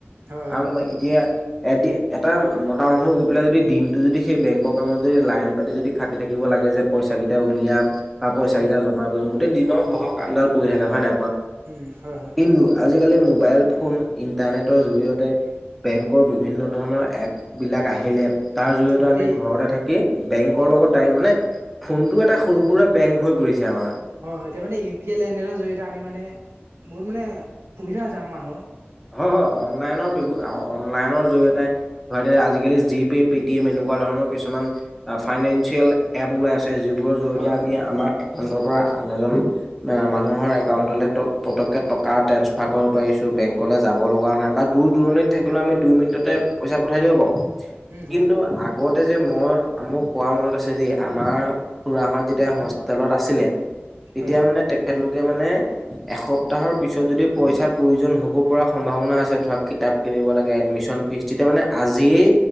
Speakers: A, on the right; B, in the centre.
A: হয়
B: কাৰণ
A: হয়
B: তোমাৰ এতিয়া এ- মাতাই মতা মানুহ গৈ পেলাই যদি দিনটো যদি সেই বেংকৰ কামত যদি লাইন পাতি যদি খাটি থাকিব লাগে যে। পইচা কেইটা উলিয়াম বা পইচা
A: হয়
B: কেইটা জমা কৰিম গোটেই দিনৰ ঘৰৰ কামডাল পৰি থাকে হয় নাই কোৱা।
A: উম হয় হয়।
B: কিন্তু আজিকালি মোবাইল ফোন ইণ্টাৰনেটৰ জৰিয়তে বেংকৰ বিভিন্ন ধৰণৰ- এপবিলাক আহিলে তাৰ জৰিয়তে
A: হয়
B: আমি
A: দেই
B: ঘৰতে থাকি- কি বেংকৰ লগত ডাইৰেক্ট মানে ফোনটো এটা সৰু সুৰা বেংক হৈ পৰিছে আমাৰ।
A: হয় হয় তেতিয়া মানে ইউ পি আই লেনদেনৰ জৰিয়তে আমি মানে বহুত মানে সুবিধা আছে আমাৰ মানুহৰ।
B: হয় হয় অনলাইনৰ বিব অনলাইনৰ জৰিয়তে- আজিকালি জি পে পেটিএম এনেকুৱা ধৰণৰ কিছুমান ফাইনেসিয়েল এপ ওলাই আছে। যিবোৰৰ জৰিয়তে
A: হয়
B: আমি
A: হয়
B: আমাৰ একাউন্টৰ পৰা আন এজন- মানুহৰ একাউণ্টলে ত পতকে টকা ট্ৰান্সফাৰ কৰিব পাৰিছোঁ বেংক- কলে যাব লগা নাই বা দূৰ দূৰণিত থাকিলে আমি দুই মিনিটতে পইচা পঠাই দিব পাও
A: উম
B: কিন্তু
A: হয়
B: আগত তে যে মই মোক কোৱা মনত আছে দেই আমাৰ খুৰা হত যেতিয়া হোষ্টেলত আছিলে তেতিয়া
A: হয়
B: মানে তেখেতলোকে মানে এসপ্তাহৰ পিছত যদি পইচাৰ প্ৰয়োজন হ'ব পৰা সম্ভাৱনা আছে ধৰা কিতাপ কিনিব লাগে এডমিশন ফিজ তেতিয়া মানে আজিয়েই